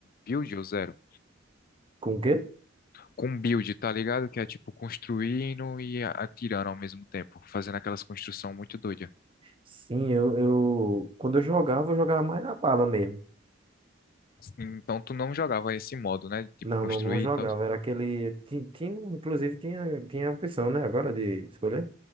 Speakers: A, on the left; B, on the right.
A: build ou zero?
B: Com o quê?
A: Com build, tá ligado? Que é tipo construindo e a- atirando ao mesmo tempo, fazendo aquelas construções muito doidas.
B: Sim, eu, eu. Quando eu jogava, eu jogava mais na bala mesmo.
A: Então tu não jogava esse modo, né? Tipo
B: Não,
A: construir
B: não, não jogava.
A: e tal.
B: Era aquele. ti- Tinha, inclusive, tinha, tinha a opção, né? Agora de escolher.